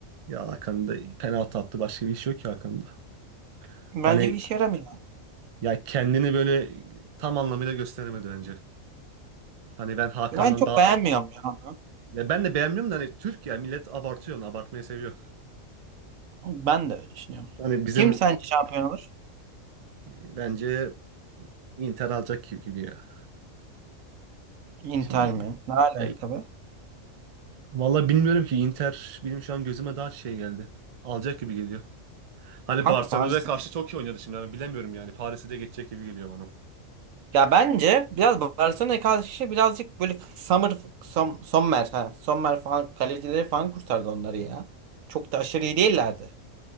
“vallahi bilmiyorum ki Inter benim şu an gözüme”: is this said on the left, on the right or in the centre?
Right